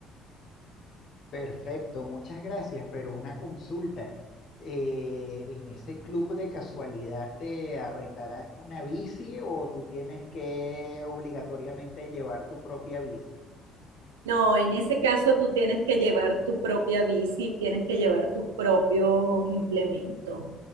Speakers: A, on the left; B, on the right.
A: Perfecto, muchas gracias, pero una consulta. eh, ¿en ese club de casualidad te arrendarán una bici o tú tienes que obligatoriamente llevar tu propia bici?
B: No, en ese caso tú tienes que llevar tu propia bici, tienes que llevar tus propios implementos.